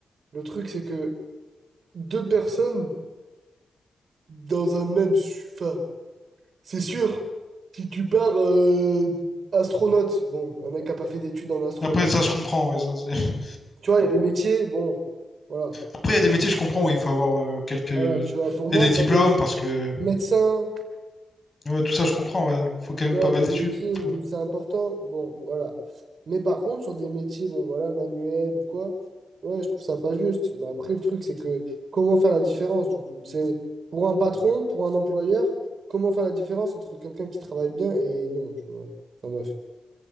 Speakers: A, on the right; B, on the left.
A: le truc, c'est que deux personnes dans un même... su- Enfin, c'est sûr, si tu pars euh, astronaute, bon, un mec qui a pas fait d'études en astronomie,
B: Après, ça, je comprends. ouais, ça, c'est- <laughs>
A: tu vois, il y a les métiers, bon, voilà,
B: Après, il y a des métiers, je comprends, où il faut avoir euh, quelques...
A: voilà, tu vois, pour moi,
B: et des
A: dans
B: diplômes,
A: les mé-
B: parce que...
A: médecins,
B: Ouais, tout ça, je comprends, ouais. Faut quand même
A: Tu vois,
B: pas mal
A: des
B: d'études.
A: métiers où
B: pour-
A: c'est important, bon, voilà. Mais par contre, sur des métiers, bon, voilà, manuels ou quoi, ouais, je trouve ça pas juste. Mais après, le truc, c'est que comment faire la différence, du coup? C'est pour un patron, pour un employeur, comment faire la différence entre quelqu'un qui travaille bien et non, tu vois. Enfin, bref.